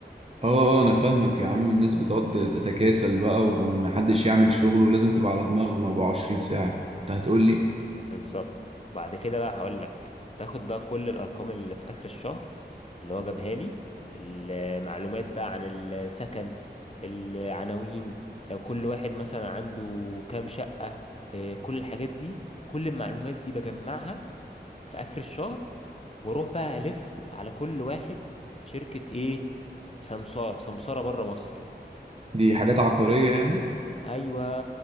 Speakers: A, on the right; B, on the left.
A: اه اه انا فاهمك يا عم الناس بتقعد تتكاسل بقى ومحدش يعمل شغل ولازم تبقى على دماغهم 24 ساعة انت هتقول لي
B: بالظبط وبعد كده بقى هقول لك باخد بقى كل الارقام اللي في اخر الشهر اللي هو جابها لي المعلومات بقى عن السكن العناوين لو كل واحد مثلا عنده كام شقة إيه، كل الحاجات دي كل المعلومات دي بجمعها في اخر الشهر واروح بقى الف على كل واحد شركة ايه سمسارة سمسارة بره مصر
A: دي حاجات عقارية يعني
B: ايوه